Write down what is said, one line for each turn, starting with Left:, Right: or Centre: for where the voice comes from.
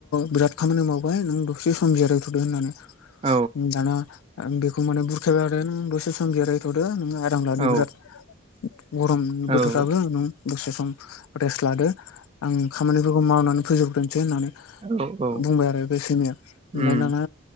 Left: बिराद खामानि मावबाय नों दसे सम जिरायथ'दो होननानै।
Right: औ
Left: दाना बेखौ माने बुरखायबाय नों दसे सम जिरायथ'दो नोङो <unintelligible> लादो
Right: औ
Left: बिराद गरम
Right: औ
Left: बोथोर नों दसे सम रेस्ट लादो आं खामानिफोरखौ मावनानै फोजोबग्रोनोसै होननानै।
Right: औ औ
Left: बुंबाय आरो बे सैमाया। ओमफ्राय
Right: उम
Left: दाना